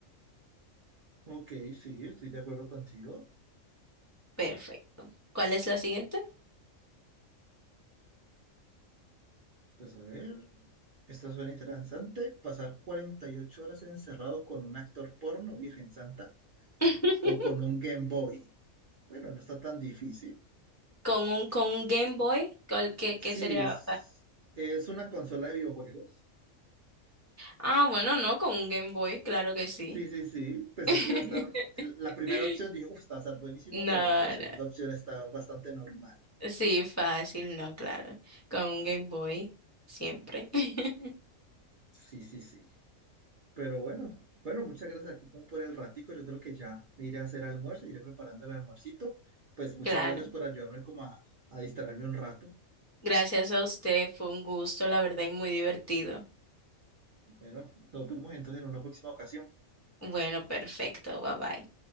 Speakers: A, on the right (about 50°); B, on the left (about 20°).
A: ok, sí, estoy de acuerdo contigo.
B: Perfecto. ¿Cuál es la siguiente?
A: Pues a ver, esta suena interesante. Pasar 48 horas encerrado con un actor porno, Virgen Santa,
B: <laughs>
A: o con un Game Boy. Bueno, no está tan difícil.
B: Con un, con un Game Boy, ¿cuál, qué,
A: Sí,
B: qué sería?
A: es, es una consola de videojuegos.
B: Ah, bueno, no, con un Game Boy, claro que sí.
A: Sí, sí, sí. Pensé
B: <laughs>
A: que iba a estar. La primera opción dije, uff, está a estar buenísima,
B: No,
A: pero no, la segunda
B: no,
A: opción está bastante normal.
B: sí, fácil, no, claro. Con un Game Boy, siempre. <laughs>
A: Sí, sí, sí. Pero bueno, bueno, muchas gracias aquí como por el ratico. Yo creo que ya me iré a hacer almuerzo, iré preparando el almuercito. Pues muchas
B: Claro.
A: gracias por ayudarme como a, a distraerme un rato.
B: Gracias a usted, fue un gusto, la verdad, y muy divertido.
A: Bueno, nos vemos entonces en una próxima ocasión.
B: Bueno, perfecto, bye bye.